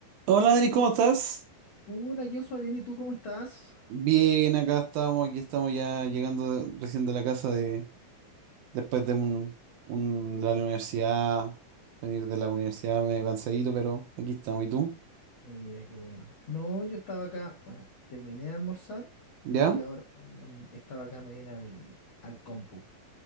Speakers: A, on the right; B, on the left.
A: Hola Dani, ¿cómo estás?
B: Hola, Joshua, bien, ¿y tú cómo estás?
A: Bien, acá estamos, aquí estamos ya llegando de- recién de la casa de después de un, un- de la universidad, venir de la universidad medio cansadito, pero aquí estamos. ¿Y tú?
B: Mira, qué bueno. No, yo estaba acá, ah, terminé de almorzar
A: ¿Ya?
B: y ahora mm, estaba acá, me vine al, al compu.